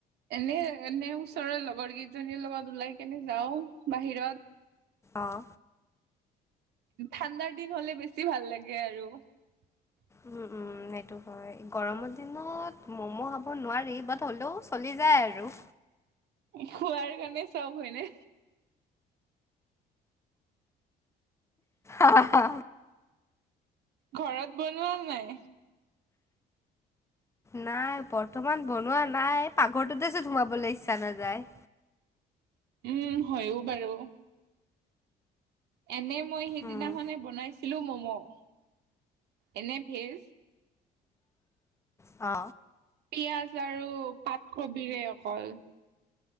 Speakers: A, on the right (about 75°); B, on the left (about 15°).
A: এনে এনে ওচৰৰ লগৰ কেইজনীৰ লগত ওলাই কেনে যাও বাহিৰত।
B: অঁ।
A: ঠাণ্ডাৰ দিন হলে বেছি ভাল লাগে আৰু। <inaudible>
B: উম উম, সেইটো হয় গৰমৰ দিনত ম'ম' খাব নোৱাৰি বাট হ'লেও চলি যায় আৰু।
A: খোৱাৰ কাৰণে চব হয়নে?
B: আহ।
A: ঘৰত বনোৱা নাই?
B: নাই বৰ্তমান বনোৱা নাই পাক ঘৰটো এ চো সোমাবলৈ ইচ্ছা নাযায়।
A: উম, হয়ো বাৰু। এনে মই সেইদিনাখে
B: উম,
A: বনাইছিলো মম'। এনে ভেজ।
B: অ।
A: পিয়াজ আৰু পাতকবিৰে অকল।